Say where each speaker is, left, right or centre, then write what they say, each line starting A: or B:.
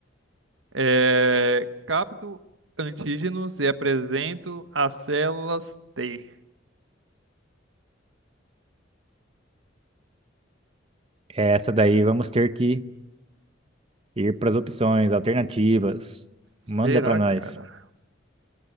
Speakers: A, on the right; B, on the right.
A: É, capto antígenos e apresento as células T.
B: essa daí vamos ter que ir para as opções alternativas.
A: Será,
B: Manda para nós,
A: cara?